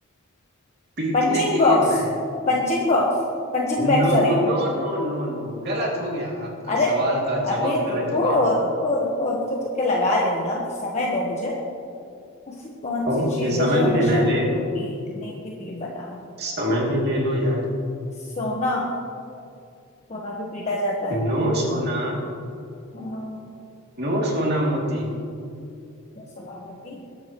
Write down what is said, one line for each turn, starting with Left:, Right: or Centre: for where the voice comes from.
Right: पीटने
Left: Punching
Right: के
Left: box
Right: लिए बना है
Left: Punching box punching bag
Right: No
Left: sorry
Right: no no no no गलत हो गया आपका
Left: अरे
Right: सवाल का
Left: अभी
Right: जवाब गलत
Left: रुको
Right: हो गया
Left: रुको रुको अभी तो तुक्के लगा रही हूँ ना मैं समय दो मुझे ऐसी कौन सी
Right: ओके
Left: चीज
Right: समय
Left: है जो
Right: भी
Left: हमेशा
Right: लेना है ले
Left: पीटने
Right: लो
Left: के लिए बना है?
Right: समय भी ले लो यार
Left: सोना सोना भी पीटा जाता है
Right: नो सोना
Left: अम्म,
Right: नो सोना मोती
Left: तो सोना नहीं